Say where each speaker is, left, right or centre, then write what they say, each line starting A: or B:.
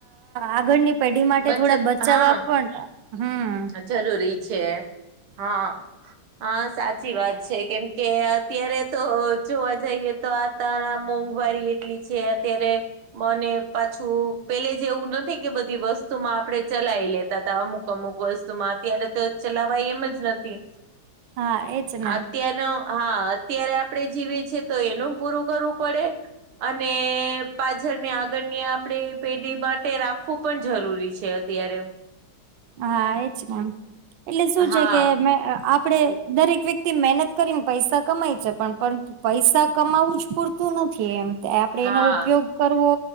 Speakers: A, on the right; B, on the right.
A: આગળની પેઢી માટે
B: બચત
A: થોડા બચાવવા
B: હા
A: પણ હમ.
B: જરૂરી છે હા. હા સાચી વાત છે કેમ કે અત્યારે તો જોવા જઈએ તો આ ત મોંઘવારી એટલી છે અત્યારે મને પાછું પેલે જે એવું નથી કે બધી વસ્તુ માં આપડે ચલાઈ લેતા ત અમુક અમુક વસ્તુમાં અત્યારે તો ચલાવાય એમ જ નથી,
A: હા એજ ને
B: અત્યારે હા અત્યારે આપડે જીવી છેીએ તો એનું પૂરું કરવું પડે. અને પાછળ ને આગળ આપણેે પેઢી માટે રાખવું પણ જરૂરી છે અત્યારે.
A: હા એજ, મ એટલે શું
B: હા
A: છે કે મે આપડે દરેક વ્યક્તિ મહેનત કરીને પૈસા કમાય છે પણ પરંતુ પૈસા કમાવું જ પૂરતું નથી એમ. આપડે
B: હા
A: એનો ઉપયોગ કરવો